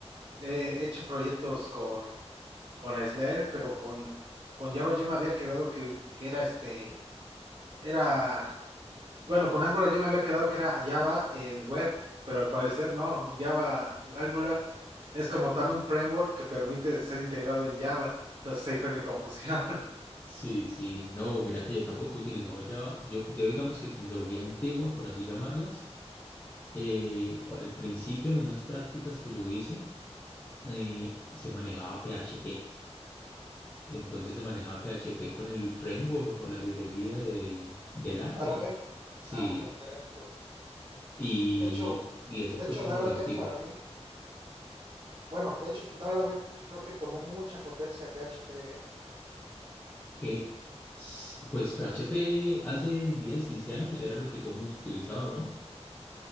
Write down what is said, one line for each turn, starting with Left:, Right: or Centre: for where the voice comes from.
Right: He hecho proyectos con, con Svelte, pero con, con Java yo me había quedado que, que era este, era bueno, con Angular yo me había quedado que era Java en web, pero al parecer no, Java Angular es como tan un framework que permite ser integrado en Java. Entonces ahí fue mi confusión. <laughs>
Left: Sí, sí, no, mira que yo tampoco he utilizado Java. Yo, yo digamos que tecnología antigua, por así llamarlas, eh, cu- al principio en unas prácticas que yo hice eh, se manejaba PHP. Entonces se manejaba PHP con el framework o la librería de, de Laravel.
Right: Laravel.
Left: Sí,
Right: Ah, perfecto.
Left: y,
Right: De hecho,
Left: y eso
Right: de
Left: fue
Right: hecho,
Left: como
Right: Laravel
Left: lo antiguo.
Right: para mí, bueno, de hecho, Laravel creo que tomó mucha potencia PHP, ¿eh?
Left: Eh, s- pues PHP hace 10, 15 años era lo que todo el mundo utilizaba, ¿no?